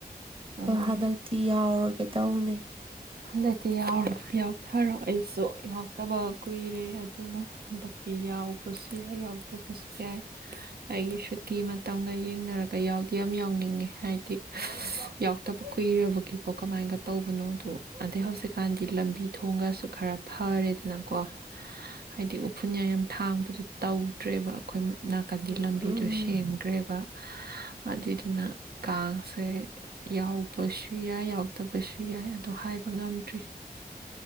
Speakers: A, on the right; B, on the right.
A: ꯎꯝ
B: ꯍꯥꯗꯛꯇꯤ ꯌꯥꯎꯔꯒꯦ ꯇꯧꯅꯦ
A: ꯍꯟꯗꯛꯇꯤ ꯌꯥꯎꯔꯣ ꯌꯥꯎꯊꯔꯣ ꯑꯩꯁꯨ ꯌꯥꯎꯇꯕ ꯀꯨꯏꯔꯦ ꯑꯗꯨ ꯍꯟꯗꯛꯇꯤ ꯌꯥꯎꯕꯁꯨ ꯌꯥꯏ ꯌꯥꯎꯗꯕꯁꯨ ꯌꯥꯏ ꯑꯩꯒꯤ ꯁꯨꯇꯤ ꯃꯇꯝꯒ ꯌꯦꯡꯅꯔꯒ ꯌꯥꯎꯗꯤ ꯌꯥꯝ ꯌꯥꯎꯅꯤꯡꯉꯦ ꯍꯥꯏꯗꯤ ꯌꯥꯎ ꯇꯄ ꯀꯨꯏꯔꯕꯒꯤ ꯀꯃꯥꯏꯒ ꯇꯧꯕꯅꯣ ꯑꯣ ꯑꯗꯩ ꯍꯧꯖꯤꯛꯀꯥꯟꯗꯤ ꯂꯝꯕꯤ ꯊꯣꯡꯒꯥꯁꯨ ꯈꯔ ꯐꯥꯔꯦꯗꯅꯀꯣ ꯍꯥꯏꯗꯤ ꯎꯐꯨꯟ ꯌꯥ-ꯌꯥꯝ ꯊꯥꯡꯕꯗꯨ ꯇꯧꯗ꯭ꯔꯦꯕ ꯑꯩꯈꯣꯏ ꯃꯥ ꯅꯥꯀꯟꯗꯤ
B: ꯎꯝ
A: ꯂꯝꯕꯤꯗꯨ ꯁꯦꯝꯒ꯭ꯔꯦꯕ ꯑꯗꯨꯏꯗꯨꯅ ꯀꯥꯁꯦ ꯌꯥꯎꯕꯁꯨ ꯌꯥꯏ ꯌꯥꯎꯗꯕꯁꯨ ꯌꯥꯏ ꯑꯗꯨ ꯍꯥꯏꯕ ꯉꯝꯗ꯭ꯔꯤ